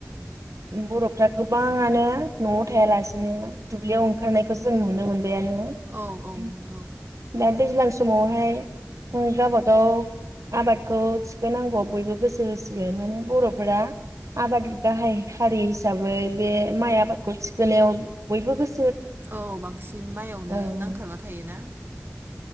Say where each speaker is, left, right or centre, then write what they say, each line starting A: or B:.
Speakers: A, on the right; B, on the right.
A: बर'फ्रा गोबाङानो न'आव थायालासिनो दुब्लियाव ओंखारनायखौ जों नुनो मोनो। बेनो
B: औ औ
A: <unintelligible>
B: नंगौ
A: दैज्लां समावहाय गावबागाव आबादखौ थिखोनांगौ बयबो गोसो होसिगोन माने बर'फोरा आबाद गाहाय हारि हिसाबै बे माइ आबादखौ थिखोनायाव बयबो गोस
B: औ बांसिन माइआवनो
A: औ
B: नांथाबना थायोना।